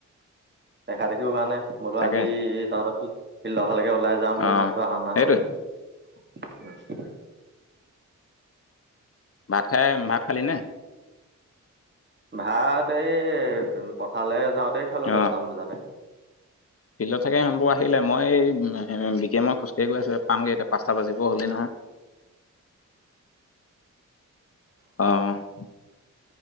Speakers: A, on the right (about 35°); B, on the left (about 50°).
A: দেখা দেখিও হোৱা নাই। বোলো
B: তাকে
A: আজি তহঁতৰ ফিল্ডৰ ভালেকে ওলাই যাওঁ বোলো
B: অ
A: মানুহটো আহক নাহক।
B: সেইটোৱে
A: উম।
B: ভাত খাই, ভাত খালিনে?
A: ভাত এই পথাৰলে যাওঁতেই খালো
B: অ
A: দহটামান বজাতে।
B: ফিল্ডত থাকি ইমানবোৰ আহিলে, মই বিকি এ মই খোজকাঢ়ি গৈ আছোঁ পামগৈ এতিয়া পাঁচটা বাজিব হ'লেই নহয়। অ'।